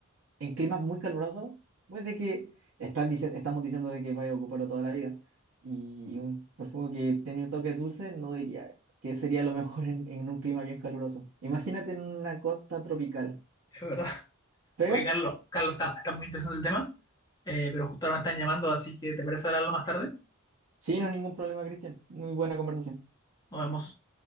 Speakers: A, on the right; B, on the left.
A: en climas muy calurosos, pues de que estás dici- estamos diciendo de que vaya a ocuparlo toda la vida. Y un perfume que tiene toques dulces, no diría que sería lo mejor en, en un clima bien caluroso. Imagínate en una costa tropical.
B: es verdad.
A: ¿Pega?
B: Oye, Carlos, Carlos, está, está muy interesante el tema, eh, pero justo ahora me están llamando, así que ¿te parece hablarlo más tarde?
A: Sí, no es ningún problema, Cristian. Muy buena conversación.
B: Nos vemos.